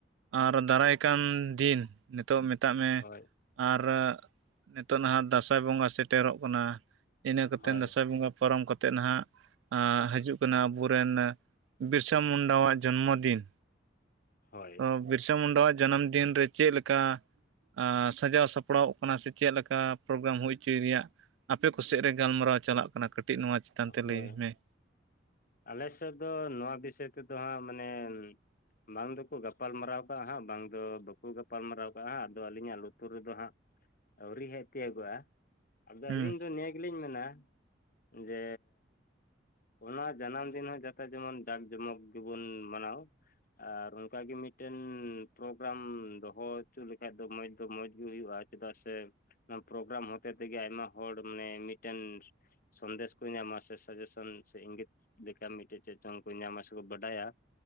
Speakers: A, on the right; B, on the left.
A: ᱟᱨ ᱫᱟᱨᱟᱭ ᱠᱟᱱ ᱫᱤᱱ ᱱᱤᱛᱚᱜ ᱢᱮᱛᱟᱜ ᱢᱮ
B: ᱦᱳᱭ
A: ᱟᱨ ᱱᱤᱛᱚᱜ ᱱᱟᱦᱟᱜ ᱫᱟᱸᱥᱟᱭ ᱵᱚᱸᱜᱟ ᱥᱮᱴᱮᱨᱚᱜ ᱠᱟᱱᱟ ᱤᱱᱟᱹ ᱠᱚᱛᱮᱱ
B: ᱦᱳᱭ
A: ᱫᱟᱸᱥᱟᱭ ᱵᱚᱸᱜᱟ ᱯᱟᱨᱚᱢ ᱠᱟᱛᱮᱫ ᱱᱟᱦᱟᱜ ᱦᱤᱡᱩᱜ ᱠᱟᱱᱟ ᱟᱵᱚ ᱨᱮᱱᱼᱼ ᱵᱤᱨᱥᱟ ᱢᱩᱱᱰᱟᱣᱟᱜ ᱡᱚᱱᱢᱚ ᱫᱤᱱ
B: ᱦᱚᱭ
A: ᱛᱚ ᱵᱤᱨᱥᱟ ᱢᱩᱱᱰᱟᱣᱟᱜ ᱡᱟᱱᱟᱢ ᱫᱤᱱ ᱨᱮ ᱪᱮᱫ ᱞᱮᱠᱟᱼᱼ ᱟᱸ ᱥᱟᱡᱟᱣ ᱥᱟᱯᱲᱟᱣᱚᱜ ᱠᱟᱱᱟ ᱥᱮ ᱪᱮᱫ ᱞᱮᱠᱟ ᱯᱨᱳᱜᱨᱟᱢ ᱦᱩᱭ ᱦᱚᱪᱚᱭ ᱨᱤᱭᱟᱜ ᱟᱯᱮ ᱠᱚᱥᱮᱜ ᱨᱮ ᱜᱟᱞᱢᱟᱨᱟᱣ ᱪᱟᱞᱟᱜ ᱠᱟᱱᱟ ᱠᱟᱹᱴᱤᱡ ᱱᱚᱣᱟ ᱪᱮᱛᱟᱱ ᱛᱮ ᱞᱟᱹᱭ
B: ᱦᱳᱭ
A: ᱢᱮ
B: ᱟᱞᱮ ᱥᱮᱫ ᱫᱚ ᱱᱚᱣᱟ ᱵᱤᱥᱚᱭ ᱛᱮᱫᱚ ᱦᱟᱸᱜ ᱢᱟᱱᱮ ᱵᱟᱝ ᱫᱚᱠᱚ ᱜᱟᱯᱟᱞ ᱢᱟᱨᱟᱣ ᱠᱟᱜ-ᱟ ᱦᱟᱸᱜ ᱵᱟᱝ ᱫᱚ ᱵᱟᱠᱚ ᱜᱟᱯᱟᱞ ᱢᱟᱨᱟᱣ ᱠᱟᱜ-ᱟ ᱦᱟᱸᱜ ᱟᱫᱚ ᱟᱹᱞᱤᱧᱟᱜ ᱞᱩᱛᱩᱨ ᱨᱮ ᱫᱚ ᱦᱟᱸᱜ ᱟᱹᱣᱨᱤ ᱦᱮᱡ ᱛᱤᱭᱟᱜᱚᱜ-ᱟ ᱟᱫᱚ
A: ᱦᱩᱸ
B: ᱟᱹᱞᱤᱧ ᱫᱚ ᱱᱤᱭᱟᱹ ᱜᱮᱞᱤᱧ ᱢᱮᱱᱟ ᱡᱮ, ᱚᱱᱟ ᱡᱟᱱᱟᱢ ᱫᱤᱱ ᱦᱚᱸ ᱡᱟᱛᱮ ᱡᱮᱢᱚᱱ ᱰᱟᱠ ᱡᱚᱢᱚᱠ ᱜᱮ ᱵᱚᱱ ᱢᱟᱱᱟᱣ ᱟᱨ ᱚᱱᱠᱟ ᱜᱮ ᱢᱤᱫᱴᱮᱱ ᱯᱨᱳᱜᱨᱟᱢ ᱫᱚᱦᱚ ᱦᱚᱪᱚ ᱞᱮᱠᱷᱟᱡ ᱫᱚ ᱢᱚᱸᱡᱽ ᱫᱚ ᱢᱚᱸᱡᱽᱜᱤ ᱦᱩᱭᱩᱜ-ᱟ ᱪᱮᱫᱟᱜ ᱥᱮ ᱚᱱᱟ ᱯᱨᱚᱜᱨᱟᱢ ᱦᱚᱛᱮ ᱛᱮ ᱜᱮ ᱟᱭᱢᱟ ᱦᱚᱲ ᱢᱟᱱᱮ ᱢᱤᱫᱴᱮᱱ ᱥᱚᱱᱫᱮᱥ ᱠᱚ ᱧᱟᱢᱟ ᱥᱮ ᱥᱟᱡᱮᱥᱚᱱᱼᱼ ᱥᱮ ᱤᱸᱜᱮᱛ ᱞᱮᱠᱟ ᱢᱤᱫᱴᱮᱡ ᱪᱮᱫ ᱪᱚᱝ ᱠᱚ ᱧᱟᱢᱟ ᱥᱮ ᱠᱚ ᱵᱟᱰᱟᱭᱟ